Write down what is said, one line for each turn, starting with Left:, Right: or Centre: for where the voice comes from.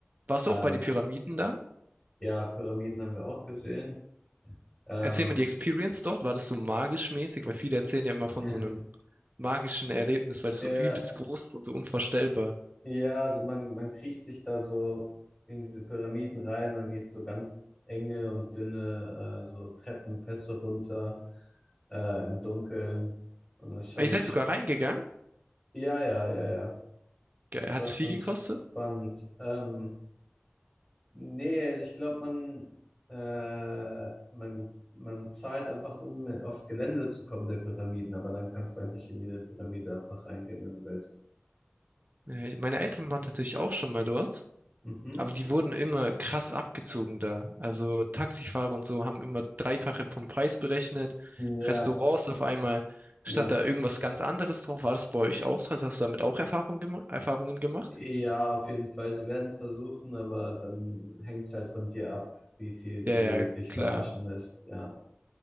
Right: Warst
Left: Ähm,
Right: du auch bei den Pyramiden dann?
Left: ja, Pyramiden haben wir auch gesehen. Ähm,
Right: Erzähl mir die Experience dort. War das so magisch mäßig? Weil viele erzählen ja immer von
Left: <laughs>
Right: so einem magischen Erlebnis, weil das
Left: ja,
Right: so übelst groß ist und so unvorstellbar.
Left: Ja, also man, man kriecht sich da so in diese Pyramiden rein, man geht so ganz enge und dünne äh, so Treppenpässe runter äh, im Dunkeln. Und das ist schon,
Right: Ah, ihr seid
Left: sch-
Right: sogar reingegangen?
Left: ja, ja, ja, ja.
Right: Geil.
Left: Das
Right: Hat
Left: war
Right: es
Left: schon
Right: viel gekostet?
Left: spannend. Ähm, nee, also ich glaube, man, äh, man, man zahlt einfach, um aufs Gelände zu kommen der Pyramiden, aber dann kannst du eigentlich in jede Pyramide einfach reingehen, wenn du willst.
Right: Äh, Meine Eltern waren tatsächlich auch schon mal dort.
Left: Mhm.
Right: Aber die wurden immer krass abgezogen da. Also Taxifahrer und so haben immer Dreifache vom Preis berechnet.
Left: Ja,
Right: Restaurants auf einmal
Left: ja.
Right: stand da irgendwas ganz anderes drauf. War das bei euch auch so? Also hast du damit auch Erfahrung gema Erfahrungen gemacht?
Left: Ja, auf jeden Fall. Sie werden es versuchen, aber dann hängt es halt von dir ab, wie viel
Right: Ja,
Left: du
Right: ja,
Left: dich verarschen
Right: klar.
Left: lässt. Ja,